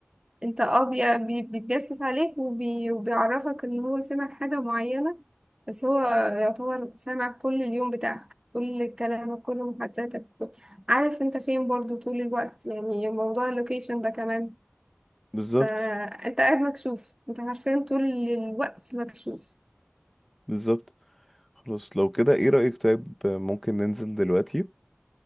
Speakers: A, on the right (about 15°); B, in the centre.
A: انت اه بي- بي- بيتجسس عليك وبي وبيعرفك ان هو سمع حاجة معينة بس هو يعتبر سامع كل اليوم بتاعك كل كلامك كل محادثاتك عارف انت فين برضو طول الوقت يعني موضوع اللوكيشن ده كمان
B: بالظبط
A: فانت قاعد مكشوف انت عارفين طول الوقت مكشوف
B: بالظبط خلاص لو كده ايه رايك طيب ممكن ننزل دلوقتي